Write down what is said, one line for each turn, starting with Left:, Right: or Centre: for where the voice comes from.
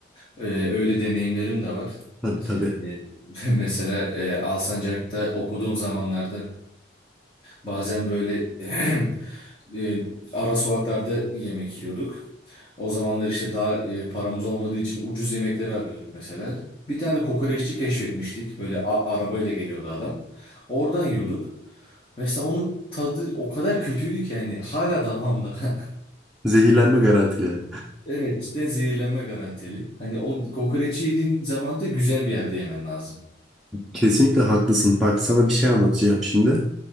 Left: E, öyle deneyimlerim de var.
Centre: Tabii tabii.
Left: E, <laughs> mesela e, Alsancak'ta okuduğum zamanlarda Bazen böyle <clears throat> e, ara sokaklarda yemek yiyorduk. O zamanlar işte daha e, paramız olmadığı için ucuz yemekleri arıyorduk mesela. Bir tane de kokoreççi keşfetmiştik. Böyle a- arabayla geliyordu adam. Oradan yiyorduk. Mesela onun tadı o kadar kötüydü ki yani hala damağımda. <laughs>
Centre: <laughs> Zehirlenme garantili.
Left: Evet cidden zehirlenme garantili. Hani o kokoreçi yediğin zaman da güzel bir yerde yemen lazım.
Centre: Kesinlikle haklısın. Bak sana bir şey anlatacağım şimdi.